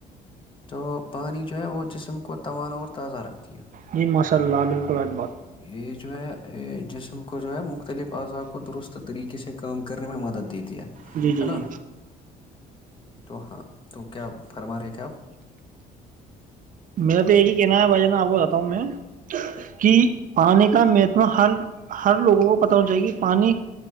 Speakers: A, on the left (about 30°); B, on the right (about 50°).
A: تو پانی جو ہے وہ جسم کو توانا اور تازہ رکھتا ہے یا
B: جی ماشاء اللہ بالکل آج بات
A: یہ جو ہے جسم کو کو جو ہے مختلف اعضا کو درست طریقے سے کام کرنے میں مدد دیتی ہے
B: جی جی
A: ہے نا
B: جی
A: تو ہاں تو کیا فرما رہے تھے آپ
B: میرا تو یہی کہنا ہے بھائی جان آپ کو بتا ہوں میں کہ پانی کا مہتم ہر ہر لوگوں کو پتا ہونا چاہیے کہ پانی